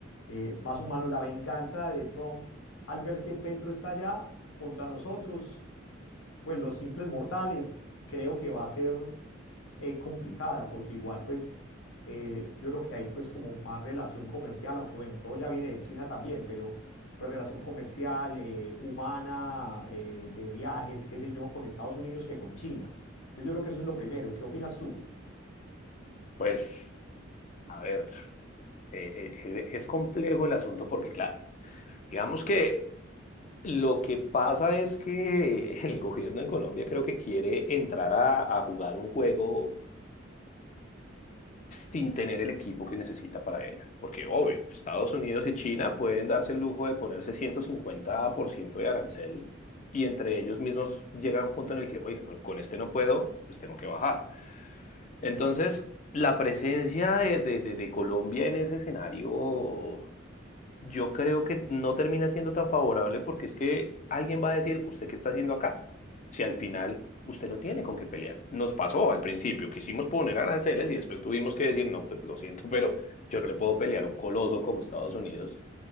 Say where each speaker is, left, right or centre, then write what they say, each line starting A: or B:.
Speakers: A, on the left (about 85°); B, on the left (about 40°).
A: eh, más humanos, la venganza de Trump al ver que Petro está allá contra nosotros, pues los simples mortales, creo que va a ser eh, complicada, porque igual pues eh, yo creo que hay pues como más relación comercial, aunque bueno, todo ya viene de China también, pero pues relación comercial, eh, humana, eh, de viajes, qué sé yo, con Estados Unidos que con China. Entonces yo creo que eso es lo primero. ¿Qué opinas tú?
B: Pues, a ver, eh, eh, eh, es complejo el asunto porque, claro, digamos que lo que pasa es que <laughs> el gobierno en Colombia creo que quiere entrar a, a jugar un juego sin tener el equipo que necesita para ello. Porque, obvio, Estados Unidos y China pueden darse el lujo de ponerse 150% de arancel y entre ellos mismos llega a un punto en el que, oiga, con con este no puedo, pues tengo que bajar. Entonces, la presencia de, de, de, de Colombia en ese escenario Yo creo que no termina siendo tan favorable porque es que alguien va a decir, ¿usted qué está haciendo acá? Si al final usted no tiene con qué pelear. Nos pasó al principio, quisimos poner aranceles y después tuvimos que decir, no, pues lo siento, pero yo no le puedo pelear a un coloso como Estados Unidos.